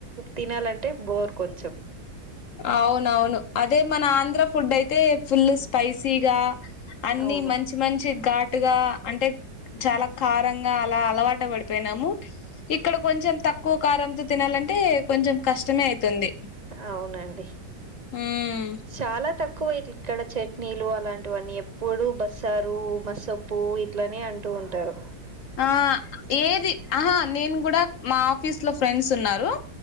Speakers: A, on the right; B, on the left.
A: తినాలంటే బోర్ కొంచెం
B: అవునవును అదే మన ఆంధ్ర ఫుడ్ అయితే ఫుల్ స్పైసీగా అన్ని
A: అవును
B: మంచి మంచి ఘాటుగా అంటే చాలా కారంగా అలా అలవాట పడిపోయినాము ఇక్కడ కొంచెం తక్కువ కారంతో తినాలంటే కొంచెం కష్టమే అవుతుంది
A: అవునండి
B: ఉమ్
A: చాలా తక్ క్కువ ఇ ఇక్కడ చట్నీలు అలాంటివన్నీ ఎప్పుడుూ బస్సారు మసప్పు ఇట్లనే అంటున్ ఉంటారు
B: ఆ ఏది ఆహా నేను కూడా మా ఆఫీస్ లో ఫ్రెండ్స్ ఉన్నారు